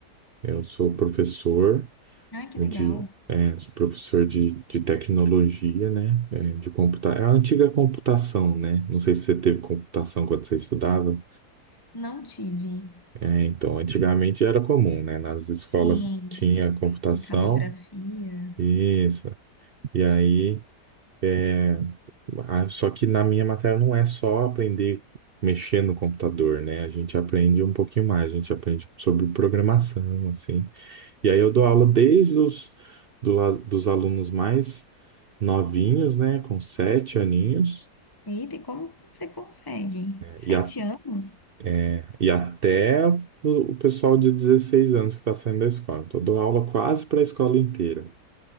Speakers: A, on the right; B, on the left.
A: eu sou professor
B: Ai, que
A: de,
B: legal.
A: é, sou professor de, de tecnologia, né? É, de computa... É a antiga computação, né? Não sei se você teve computação quando você estudava.
B: Não tive.
A: É, então, antigamente era comum, né? Nas escolas
B: Sim,
A: tinha computação,
B: italografia.
A: isso. E aí, é, ah, só que na minha matéria não é só aprender mexer no computador, né? A gente aprende um pouquinho mais, a gente aprende sobre programação, assim. E aí eu dou aula desde os do la- dos alunos mais novinhos, né, com sete aninhos,
B: Eita, e como você consegue? Sete
A: e, a-
B: anos?
A: é, e até o, o pessoal de 16 anos que está saindo da escola. Então, eu dou aula quase para a escola inteira.